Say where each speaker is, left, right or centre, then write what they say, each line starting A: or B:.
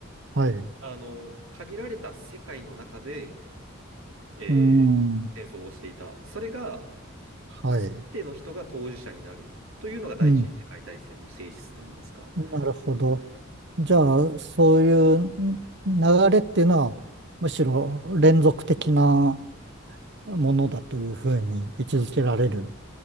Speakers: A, on the right (about 55°); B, on the right (about 85°).
A: はい、う
B: あの、限られた世界の中で、えー戦争をしていた。
A: ん、
B: それが、
A: はい、
B: すべての人が当事者になるというのが第一次世界大戦の性質といいますか。
A: うん、なるほど。じゃあ、そういうん流れっていうのは、むしろ連続的なものだというふうに位置づけられる